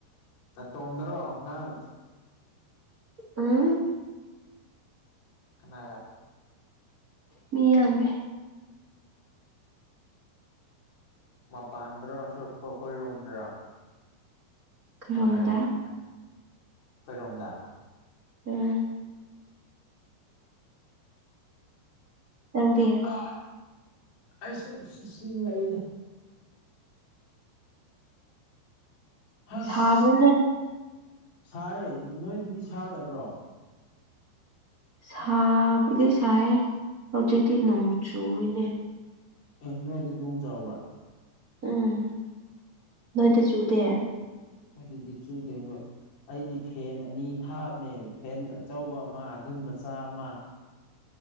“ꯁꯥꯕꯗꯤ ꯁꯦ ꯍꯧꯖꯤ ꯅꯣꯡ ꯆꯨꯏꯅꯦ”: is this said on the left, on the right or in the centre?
Right